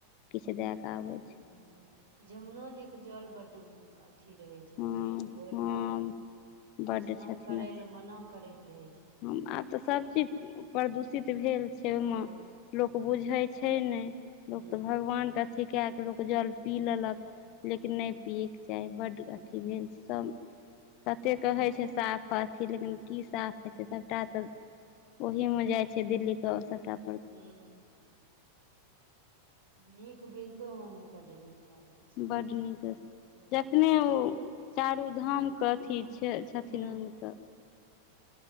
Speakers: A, on the left; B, on the right.
A: किछु दए क आबै छै
B: हं जमुनो जी के जल बड्ड अथी रहे छै
A: हँ
B: छथिन ओहिमे
A: हँ बड्ड
B: स्नान
A: छथिन
B: करै
A: अथी
B: लए मना करैत रहै छथिन
A: आब तऽ सभ चीज प्रदूषित भेल छै ओहिमे
B: हँ
A: लोक बुझैत छै नहि लोक
B: हूँ
A: तऽ भगवान के अथी कै के लोक जल पी
B: हूँ
A: लेलक
B: हूँ
A: लेकिन नहि पियैके चाही बड्ड
B: हूँ
A: अथी भेल छै सभ कते
B: सब
A: कहै छै साफ पाथी लेकिन की साफ
B: हूँ
A: हेतै सबटा तऽ ओहि मे जाइ छै दिल्ली क सबटा
B: ह्म नीक वृन्दोवन मे बड्ड नीक लागै छै
A: बड नीक
B: हूँ
A: जखने ओ चारू धाम के अथी छै छथिन
B: हुँ
A: ओहिमे तऽ